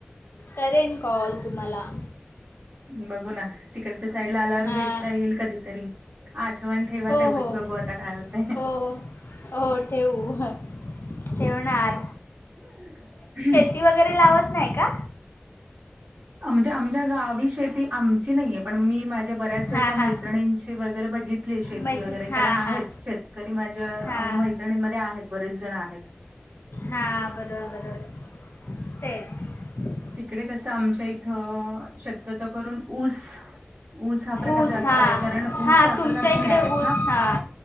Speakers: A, on the left; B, on the right.
A: करेन कॉल तुम्हाला
B: बघू ना तिकडच्या साईड ला आल्यावर
A: हां
B: भेटता येईल कधीतरी आठवण ठेवा
A: हो
B: तेवढीच
A: हो
B: बघू आता काय होतय.
A: हो हो ठेवू ठेवणार.
B: <unintelligible>
A: ती वगैरे लावत नाही का?
B: आ म्हणजे आमच्या गावी शेती आमची नाहीये पण मी माझ झ्या बऱ्याचंशा
A: हां
B: अशा
A: हां
B: मैत्रिणींशी वगैरे बघितली शेती
A: माहिती
B: वगैरे
A: हां
B: कारण आहेत
A: हां
B: शेत कधी माझ्या
A: हां
B: मैत्रिणींमध्ये आहेत बरेच जण आहेत.
A: हा बरोबर बरोबर तेच
B: तिकडे कसं आमच्या इथं शक्यतो करून ऊस ऊस हा प्रकार
A: ऊस
B: जास्त
A: हां
B: आहे कारण ऊस
A: हां
B: साखर
A: तुमच्या
B: कारखाने
A: इकडे
B: आहेत
A: ऊस
B: ना.
A: हां